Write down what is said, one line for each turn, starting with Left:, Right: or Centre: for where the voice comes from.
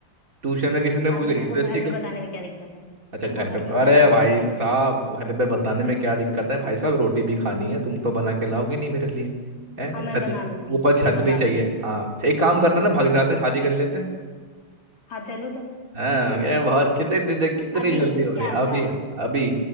Right: ट्यूशन में किसी ने
Left: हाँ
Right: पूछ
Left: तो
Right: ये
Left: तुमको
Right: तो
Left: घर
Right: इसकी
Left: पे
Right: गर्ल
Left: बताने में क्या दिक्कत है तुमको
Right: अच्छा घर
Left: घर
Right: पे
Left: पे बताने
Right: अरे
Left: में क्या
Right: भाई
Left: दिक्कत
Right: साहब
Left: है
Right: घर पे बताने में क्या दिक्कत है भाई साहब रोटी भी खानी है तुम तो बना के लाओगे नहीं मेरे लिए है
Left: हाँ मैं
Right: छत
Left: बना दूंगी
Right: ऊपर छत
Left: तुम बता
Right: भी चाहिए
Left: दो
Right: हाँ अच्छा, एक काम करते हैं ना भाग जाते हैं शादी कर लेते हैं
Left: हाँ चलो तो
Right: हाँ ये बहुत कितने कितनी
Left: नहीं, अभी
Right: जल्दी हो रही
Left: क्या
Right: है अभी
Left: क्या
Right: अभी